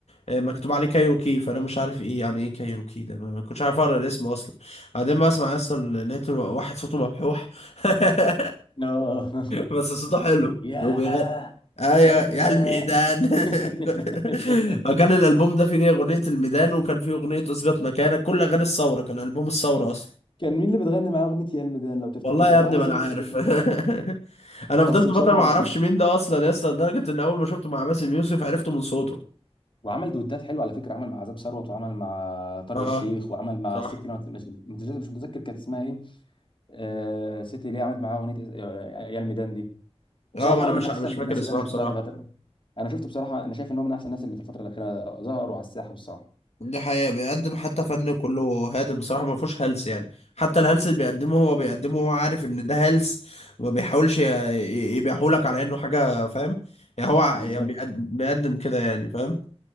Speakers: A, on the left; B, on the left.
A: آه، مكتوب عليه كايروكي فانا مش عارف ايه يعني ايه كايروكي ده ما كنتش عارف اقرا الاسم اصلا بعدين ما اسمع اصلا لقيت واحد صوته مبحوح <laughs>
B: آه. <laughs>
A: بس صوته حلو
B: يا
A: وبيغني ايوه
B: يا الميدان
A: يا الميدان
B: <laughs>
A: <laughs> فكان الالبوم ده فيه اغنيه الميدان وكان فيه اغنيه اثبت مكانك كل اغاني الثوره كان البوم الثوره اصلا
B: كان مين اللي بتغني معاه اغنيه يا الميدان لو تفتكر
A: والله
B: كانت
A: يا ابني
B: واحده
A: ما
B: ست
A: انا عارف
B: كده كبيره
A: <laughs> انا
B: بس
A: فضلت
B: بصراحه
A: فتره ما اعرفش مين ده اصلا يا اسطى لدرجه ان اول ما شفته مع باسم يوسف عرفته من صوته
B: وعمل دويتات حلوه على فكره عمل مع عذاب ثروت وعمل مع طارق
A: اه
B: الشيخ وعمل مع
A: صح
B: الست اللي أنا مش مش مش متذكر كانت اسمها ايه آه الست اللي هي عملت معاه اغنيه آه، يا الميدان دي بصراحه
A: اه ما
B: هو
A: انا مش
B: من احسن
A: مش
B: الناس
A: فاكر اسمها
B: اللي انا شفتها
A: بصراحه
B: في الفتره دي انا شفته بصراحه انا شايف ان هو من احسن الناس اللي في الفتره الاخيره ظهروا على الساحه بصراحه
A: دي حقيقة بيقدم حتى فن كله هادف بصراحة ما فيهوش هلس يعني حتى الهلس اللي بيقدمه هو بيقدمه هو عارف ان ده هلس وما بيحاولش ي- ي- يبيعهولك على انه حاجة فاهم يعني هو ع-
B: بالظبط
A: يعني بيقدم, بيقدم كده يعني فاهم